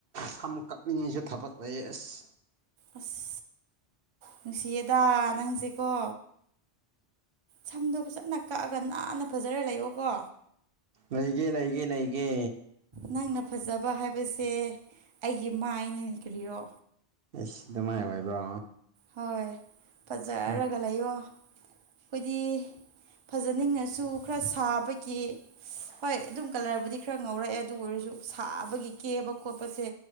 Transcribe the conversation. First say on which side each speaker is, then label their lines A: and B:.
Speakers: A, on the right; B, on the right.
A: ꯁꯝ ꯀꯛꯅꯤꯡꯉꯩꯁꯨ ꯊꯕꯛ ꯂꯩ ꯑꯁ
B: ꯑꯁ ꯅꯨꯡꯁꯤꯌꯦꯗ ꯅꯪꯁꯦꯀꯣ ꯁꯝꯗꯣ ꯆꯞꯅ ꯀꯛꯑꯒ ꯅꯥꯟꯅ ꯐꯖꯔ ꯂꯩꯑꯣꯣꯀꯣ
A: ꯂꯩꯒꯦ ꯂꯩꯒꯦ ꯂꯩꯒꯦ
B: ꯅꯪꯅ ꯐꯖꯕ ꯍꯥꯏꯕꯁꯦ ꯑꯩꯒꯤ ꯃꯥꯏꯅ ꯏꯈ꯭ꯔꯤꯔꯣ
A: ꯑꯦꯁ ꯑꯗꯨꯃꯥꯏꯅ ꯑꯣꯏꯕ꯭ꯔꯣ
B: ꯍꯣꯏ ꯐꯖꯔꯒ
A: ꯎꯝ
B: ꯂꯩꯌꯣ ꯑꯩꯈꯣꯏꯗꯤ ꯐꯖꯅꯤꯡꯉꯁꯨ ꯈꯔ ꯁꯥꯕꯒꯤ ꯍꯣꯏ ꯑꯗꯨꯝ ꯀꯂꯔꯕꯨꯗꯤ ꯈꯔ ꯉꯧꯔꯛꯑꯦ ꯑꯗꯨ ꯑꯣꯏꯔꯁꯨ ꯁꯨ ꯁꯥꯕꯒꯤ ꯀꯦꯕ ꯈꯣꯠꯄꯁꯦ